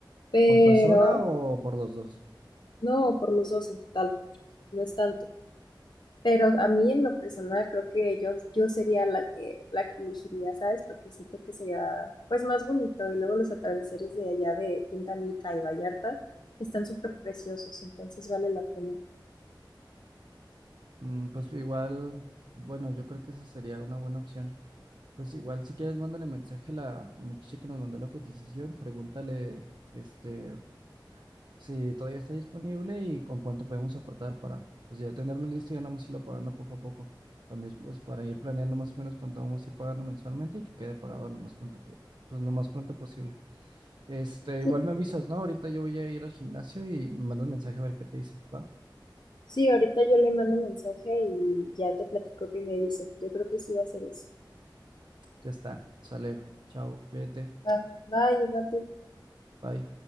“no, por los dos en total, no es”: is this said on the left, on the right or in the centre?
Left